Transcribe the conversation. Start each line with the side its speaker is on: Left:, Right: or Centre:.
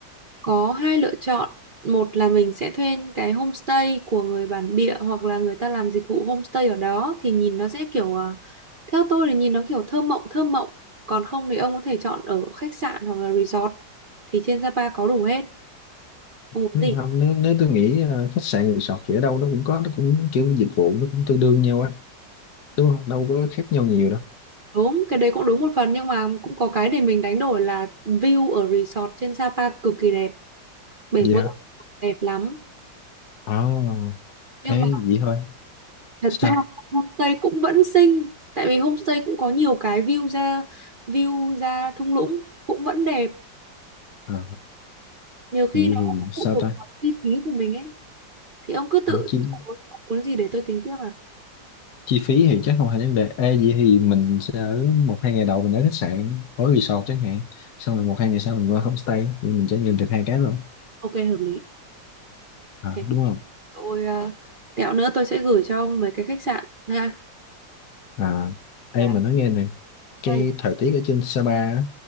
Right: Có hai lựa chọn. Một là mình sẽ thuê những cái homestay của người bản địa hoặc là người ta làm dịch vụ homestay ở đó thì nhìn nó sẽ kiểu à, theo tôi thì nhìn nó kiểu thơ mộng thơ mộng. Còn không thì ông có thể chọn ở khách sạn hoặc là resort thì trên Sapa có đủ hết. Ông muốn
Left: Nếu-
Right: gì?
Left: Không, nếu, nếu tôi nghĩ ờ, khách sạn resort thì ở đâu nó cũng có, nó cũng kiểu dịch vụ nó cũng tương đương nhau á, đúng không? Đâu có khác nhau nhiều đâu.
Right: Đúng, cái đấy cũng đúng một phần nhưng mà cũng có cái để mình đánh đổi là view ở resort trên Sapa cực kỳ đẹp, bể
Left: Vậy
Right: bơi
Left: hả?
Right: đẹp lắm.
Left: À,
Right: Nhưng
Left: ê, vậy thôi
Right: thật
Left: sao
Right: ra homestay cũng vẫn xinh tại vì homestay cũng có nhiều cái view ra view ra thung lũng cũng vẫn đẹp
Left: à,
Right: nhiều khi
Left: vậy
Right: nó
Left: thì
Right: cũng
Left: sao
Right: phụ thuộc
Left: ta
Right: vào chi phí của mình ấy thì ông cứ tự
Left: à, chi,
Right: ông muốn gì để tôi tính tiếp à
Left: chi phí thì chắc không thành vấn đề Ê, vậy thì mình sẽ ở một hai ngày đầu mình ở khách sạn ở resort chẳng hạn xong rồi một hai ngày sau mình qua homestay rồi mình trải nghiệm được hai cái luôn
Right: ok hợp lý
Left: à,
Right: thế
Left: đúng không
Right: tôi uh, tẹo nữa tôi sẽ gửi cho ông mấy cái khách sạn ha
Left: à Ê,
Right: cả
Left: mà nói nghe này cái
Right: hai nhỉ?
Left: thời tiết ở trên Sapa á,